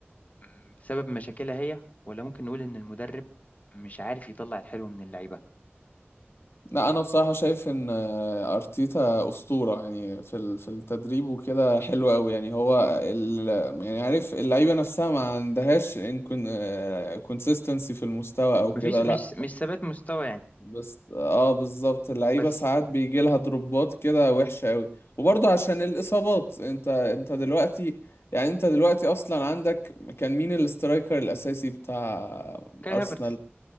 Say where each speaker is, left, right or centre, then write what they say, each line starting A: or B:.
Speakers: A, on the left; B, on the left.
A: م، بسبب مشاكلها هي ولا ممكن نقول ان المدرب مش عارف يطلع الحلو من اللعيبة
B: لا انا بصراحه شايف ان آه، ارتيتا اسطوره يعني في ال- في التدريب وكده حلو قوي يعني هو ال يعني عارف اللعيبه نفسها ما عندهاش ان كونسيستنسي في المستوى او
A: مفيش
B: كده
A: مش
B: لا
A: مش ثبات مستوى يعني
B: بس اه بالظبط اللعيبه
A: بس
B: ساعات بيجي لها دروبات كده وحشه قوي وبرضه عشان الاصابات انت انت دلوقتي يعني انت دلوقتي اصلا عندك كان مين الاسترايكر الاساسي بتاع
A: كاي
B: ارسنال
A: هافرتز